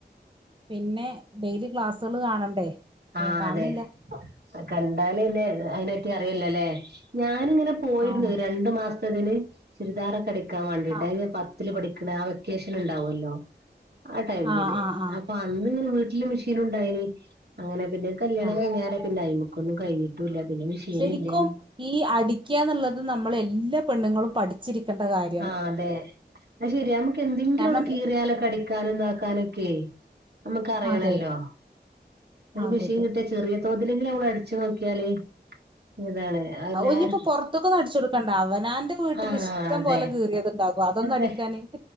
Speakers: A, on the right; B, on the right.
A: പിന്നെ ഡെയിലി ക്ലാസുകൾ കാണണ്ടേ
B: ആഹ്
A: ഏ കാണില്ല
B: അതെ കണ്ടാലന്നെ അതിനെറ്റി അറിയില്ലല്ലേ ഞാനിങ്ങനെ പോയിരുന്നു
A: ആഹ്
B: രണ്ടു മാസത്തിന് ചുരിദാറൊക്കെടിക്കാൻ വേണ്ടിട്ട്
A: ആഹ്
B: അ പത്ത് പഠ ആഹ് വെക്കേഷൻ ഉണ്ടാവല്ലോ ആ ടൈമില്
A: ആഹ് ആഹ് ആഹ്
B: അപ്പൊ അന്ന് ഇങ്ങനെ വീട്ടില് മെഷീൻ ഉണ്ടായിന് അങ്ങനെ പിന്നെ കല്യാണം
A: ആഹ്
B: കിഞ്ഞരേ പിന്നെ അ്മുക്ക ഒന്നും കഴിഞ്ഞിട്ട് പിന്നെ മെഷീനില്ലേനു
A: ശരിക്കും ഈ അടിക്കന്നുള്ളത് നമ്മൾ എല്ലാ പെണ്ണുങ്ങളും പഠിച്ചിരിക്കേണ്ട കാര്യ
B: ആഹ് അതെ അ ശെരി നമുക്ക് എന്തെങ്കിലും
A: കാരണം
B: ഒന്ന് കീറിയാല അടിക്കാനും ഇതാക്കാനൊക്കെ നമുക്ക് അറിയണല്ലോ
A: അതെ
B: ഒരു
A: അതെതെ
B: മിഷീൻ കിട്ട ചെറിയ തോതിലെങ്കിലും നമ്മള് അടിച്ചു നോക്കിയാലേ ഇതാണ് എല്ലാർ
A: ഒനി ഇപ്പോ പുറത്തൊക്കും അടിച്ചു കൊടുക്കണ്ട അവനാന്റെ വീട്ടിൽ
B: ആഹ്
A: ഇഷ്ടം
B: അതെ
A: പോലെ കീറിയത്ണ്ടാകും അതൊന്നും
B: അതെ
A: അടിക്കാന്